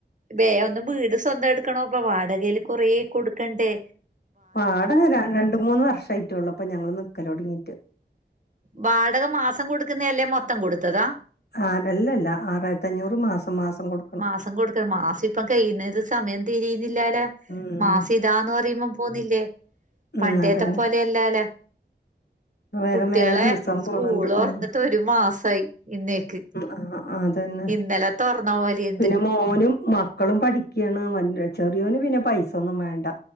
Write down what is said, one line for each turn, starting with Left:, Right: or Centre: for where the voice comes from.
Right: ബേം ഒന്ന് വീട് സ്വന്തം എടുക്കണം ഇപ്പ വാടകേല് കൊറെ കൊടുക്കണ്ടേ
Left: വാടക ര രണ്ട് മൂന്ന് വർഷായിട്ടൊള്ളൂ ഇപ്പൊ ഞങ്ങള് നിക്കലൊട്ങ്ങീട്ട്
Right: വാടക മാസം കൊടുക്കുന്നല്ലേ മൊത്തം കൊട്ത്തതാ
Left: ആഹ് അതല്ലല്ല ആറായിരത്തഞ്ഞൂറ് മാസം മാസം കൊട്
Right: മാസം കൊടുക്ക മാസ ഇപ്പം കഴിയുന്നത് സമയം തിരിയ്ന്നില്ലാലൊ
Left: ഉം
Right: മാസം ഇതാന്ന് പറയുമ്പം പോന്നില്ലേ
Left: ഉം
Right: പണ്ടേത്തെ
Left: അതന്നെ
Right: പോലെയല്ലാലെ
Left: വേഗം
Right: കുട്ട്യേളെ
Left: വേഗം ദിവസം
Right: സ്കൂള്
Left: പോണണ്ട്
Right: തൊറന്ന്ട്ട്
Left: ഉം
Right: ഒരു മാസായി ഇന്നേക്ക്
Left: ആഹ് അതന്നെ
Right: ഇന്നലെ തുറന്ന പോലെയുണ്ട്
Left: പിന്നെ മോനും മ ക്കളും പഠിക്ക്യണ് വല് ചെറിയോന് പിന്നെ പൈസൊന്നും വേണ്ട